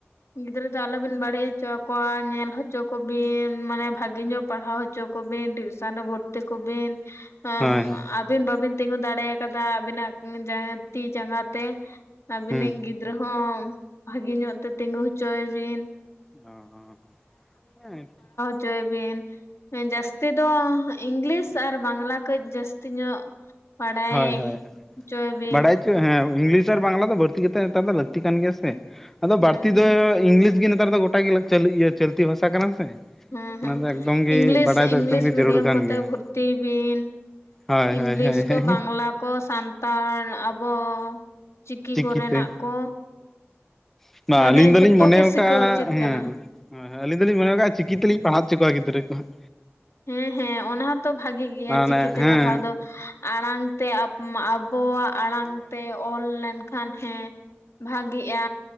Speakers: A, on the left; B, in the centre.
A: ᱜᱤᱫᱽᱨᱟᱹ ᱫᱚ ᱟᱞᱚᱵᱤᱱ ᱵᱟᱹᱲᱤᱡᱽ ᱦᱚᱪᱚ ᱠᱚᱣᱟ ᱧᱮᱞ ᱦᱚᱪᱚ ᱠᱚᱵᱤᱱ ᱢᱟᱱᱮ ᱵᱷᱟᱜᱤ ᱧᱚᱜ ᱯᱟᱲᱦᱟᱣ ᱦᱚᱪᱚ ᱠᱚᱵᱤᱱ ᱴᱤᱭᱩᱥᱚᱱ ᱨᱮ ᱵᱷᱚᱨ ᱛᱤ ᱠᱚ ᱵᱤᱱ ᱾
B: ᱦᱳᱭ ᱦᱳᱭ
A: ᱟᱹᱵᱤᱱ ᱵᱟᱵᱤᱱ ᱛᱤᱸᱜᱩ ᱫᱟᱲᱮ ᱟᱠᱟᱫᱟ ᱟᱹᱵᱤᱱᱟᱜ ᱡᱟᱸ ᱛᱤ ᱡᱟᱸᱜᱟ ᱛᱮ ᱟᱹᱵᱤᱱᱤᱡ
B: ᱦᱩᱸ
A: ᱜᱤᱫᱽᱨᱟᱹ ᱦᱚᱸ ᱵᱷᱟᱹᱜᱤ ᱧᱚᱜ ᱛᱮ ᱛᱤᱜᱩ ᱦᱚᱪᱚᱭᱮ ᱵᱤᱱ
B: ᱦᱚᱸ ᱦᱚᱸ ᱦᱚᱸ ᱦᱮᱸ ᱴᱤᱠ ᱾
A: ᱪᱚᱭ ᱵᱤᱱ ᱡᱟᱹᱥᱛᱤ ᱫᱚ ᱤᱝᱞᱤᱥ ᱟᱨ ᱵᱟᱝᱞᱟ ᱠᱟᱹᱡᱽ ᱡᱟᱹᱥᱛᱤ ᱧᱚᱜ ᱵᱟᱲᱟᱭ
B: ᱦᱳᱭ ᱦᱳᱭ
A: ᱚᱪᱚᱭ ᱵᱤᱱ
B: ᱵᱟᱰᱟᱭ ᱦᱮᱸ ᱤᱝᱞᱤᱥ ᱟᱨ ᱵᱟᱝᱞᱟ ᱫᱚ ᱵᱟᱹᱲᱛᱤ ᱠᱟᱛᱮ ᱱᱮᱛᱟᱨ ᱫᱚ ᱞᱟᱹᱠᱛᱤ ᱠᱟᱱ ᱜᱮᱭᱟ ᱥᱮ ᱟᱫᱚ
A: ᱦᱩᱸ
B: ᱵᱟᱹᱲᱛᱤ
A: ᱦᱩᱸ
B: ᱫᱚ ᱤᱝᱞᱤᱥ ᱜᱮ ᱱᱮᱛᱟᱨ ᱫᱚ ᱜᱚᱴᱟ ᱜᱮ ᱪᱟᱹᱞᱛᱤ ᱵᱷᱟᱥᱟ ᱠᱟᱱᱟ ᱥᱮ
A: ᱦᱩᱸ ᱦᱩᱸ
B: ᱚᱱᱟ ᱫᱚ ᱮᱠᱫᱚᱢ ᱜᱮ
A: ᱤᱝᱞᱤᱥ
B: ᱵᱟᱰᱟᱭ ᱫᱚ
A: ᱤᱝᱞᱤᱥ
B: ᱮᱠᱫᱚᱢ ᱜᱮ
A: ᱢᱤᱰᱤᱭᱟᱹᱢ
B: ᱡᱟᱹᱨᱩᱲ ᱠᱟᱱ
A: ᱠᱚᱛᱮ
B: ᱜᱮᱭᱟ
A: ᱵᱷᱩᱨᱛᱤ ᱮᱵᱤᱱ
B: ᱦᱳᱭ
A: ᱤᱝᱞᱤᱥ
B: ᱦᱳᱭ ᱦᱳᱭ
A: ᱠᱚ ᱵᱟᱝᱞᱟ ᱠᱚ ᱥᱟᱱᱛᱟᱲ ᱟᱵᱚ ᱪᱤᱠᱤ
B: ᱪᱤᱠᱤᱛᱮ
A: ᱠᱚᱨᱮᱱᱟᱜ ᱠᱚ
B: <unintelligible>
A: ᱢᱟᱱᱮ
B: ᱟᱹᱞᱤᱧ ᱫᱚᱞᱤᱧ
A: ᱡᱷᱚᱛᱚ
B: ᱢᱚᱱᱮᱣ
A: ᱜᱮ ᱥᱤᱠᱟᱹ
B: ᱠᱟᱜᱼᱟ
A: ᱩᱪᱤᱛ
B: ᱦᱮᱸ
A: ᱠᱟᱱᱟ
B: ᱦᱳᱭ ᱦᱳᱭ ᱟᱹᱞᱤᱧ ᱫᱚᱞᱤᱧ ᱢᱚᱱᱮ ᱟᱠᱟ ᱪᱤᱠᱤ ᱛᱮᱞᱤᱧ ᱯᱟᱲᱦᱟᱣ ᱦᱚᱪᱚ ᱠᱚᱣᱟ ᱜᱤᱫᱽᱨᱟᱹ ᱠᱚᱦᱟᱸᱜ
A: ᱦᱮᱸ ᱦᱮᱸ ᱚᱱᱟ ᱦᱚᱸᱛᱚ ᱵᱷᱟᱜᱤ ᱜᱮᱭᱟ
B: ᱢᱟᱱᱮ
A: ᱪᱤᱠᱤ ᱛᱮ
B: ᱦᱮᱸ
A: ᱯᱟᱲᱦᱟᱣ ᱫᱚ ᱟᱲᱟᱝ ᱛᱮ ᱟᱯᱢᱟ ᱟᱵᱚᱣᱟᱜ ᱟᱲᱟᱝ ᱛᱮ ᱚᱞ ᱞᱮᱱᱠᱷᱟᱱ ᱦᱮᱸ ᱵᱷᱟᱜᱤᱜᱼᱟ